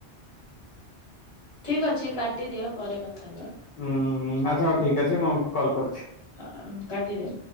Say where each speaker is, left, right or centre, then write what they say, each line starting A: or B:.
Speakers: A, on the left; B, on the left.
A: ଠିକ୍ ଅଛି କାଟିଦିଅ ପରେ କଥା ହବା।
B: ହୁଁ ଆଚ୍ଛା ହଉ ଠିକ୍ ଅଛି ମୁଁ କଲ୍ କରୁଛି।
A: ହ କାଟିଦିଅ।